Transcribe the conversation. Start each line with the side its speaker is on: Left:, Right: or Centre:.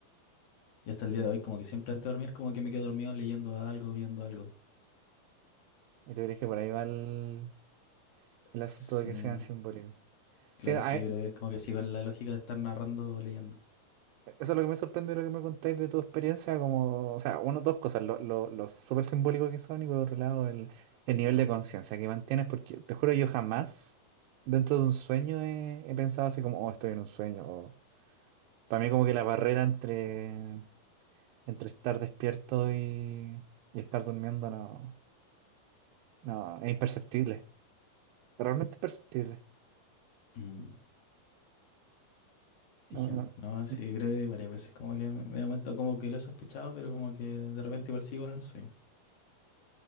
Left: Y hasta el día
Right: ¿no?
Left: de hoy, como que siempre antes de dormir, como que me quedo dormido leyendo algo, viendo algo.
Right: Y tú crees que por ahí va el, el asunto
Left: Sí,
Right: de que sean simbólicos.
Left: claro,
Right: Sí, a-
Left: sí,
Right: eh,
Left: yo creo que es como que sigo en la lógica de estar narrando o leyendo.
Right: eso es lo que me sorprende de lo que me contáis de tu experiencia, como, o sea, uno, dos cosas, lo, lo, lo súper simbólico que son y por otro lado el, el nivel de conciencia que mantienes, porque te juro yo jamás dentro de un sueño he, he pensado así como, oh, estoy en un sueño, o para mí como que la barrera entre Entre estar despierto y, y estar durmiendo, no, no, es imperceptible, realmente imperceptible.
Left: Mm,
Right: No,
Left: Dije,
Right: no,
Left: ah, no, sí,
Right: no.
Left: creo que varias veces como que me da cuenta, como que lo he sospechado, pero como que de repente igual sigo en el sueño.